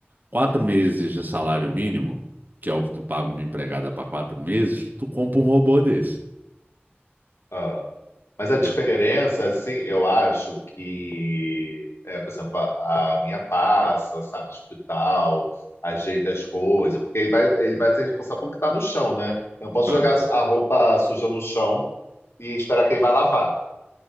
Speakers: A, on the right (about 45°); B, on the left (about 85°).
A: quatro meses de salário mínimo, que é o que tu paga uma empregada para quatro meses, tu compra um robô desse.
B: Ah. Mas a diferença,
A: Eu-
B: assim, eu acho que, é, por exemplo, a, a minha passa, sabe, tipo e tal, ajeita as coisas, porque ele vai, ele vai ser responsável pelo que tá no chão, né? Eu não posso
A: Ah.
B: jogar a roupa suja no chão e esperar que ele vai lavar.